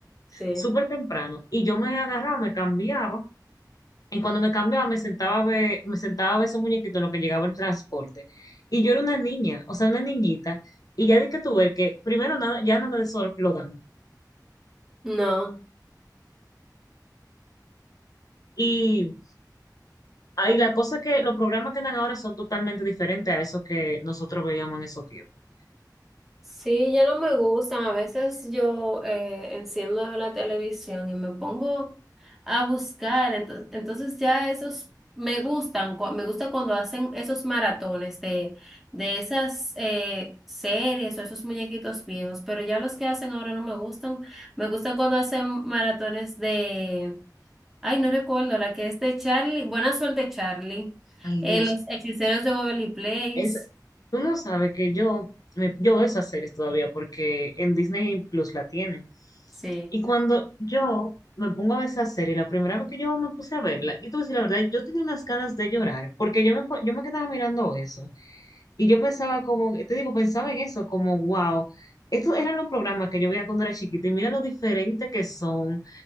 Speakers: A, in the centre; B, on the left (about 55°).
A: Sí.
B: súper temprano. Y yo me agarraba, me cambiaba Y cuando me cambiaba, me sentaba a ver, me sentaba a ver esos muñequitos en lo que llegaba el transporte. Y yo era una niña, o sea, una niñita. Y ya di que tú ver que primero nada, ya nada de eso lo dan.
A: No.
B: Y ahí la cosa que los programas que dan ahora son totalmente diferentes a eso que nosotros veíamos en esos tiempos.
A: Sí, ya no me gustan. A veces yo eh, enciendo la televisión y me pongo a buscar. Entonces, entonces ya esos me gustan. cu- Me gusta cuando hacen esos maratones de, de esas eh, series o esos muñequitos viejos. Pero ya los que hacen ahora no me gustan. Me gustan cuando hacen maratones de... Ay, no recuerdo, la que es de Charlie. Buena suerte, Charlie.
B: Ay,
A: Eh,
B: Dios
A: los hechiceros de Waverly Place.
B: Es, uno sabe que yo, me- yo veo esas series todavía porque en Disney Plus la tienen.
A: Sí.
B: Y cuando yo me pongo a ver esa serie, la primera vez que yo me puse a verla, y tú decir la verdad, yo tenía unas ganas de llorar, porque yo me, po- yo me quedaba mirando eso. Y yo pensaba como, te digo, pensaba en eso, como, wow, estos eran los programas que yo veía cuando era chiquita, y mira lo diferente que son.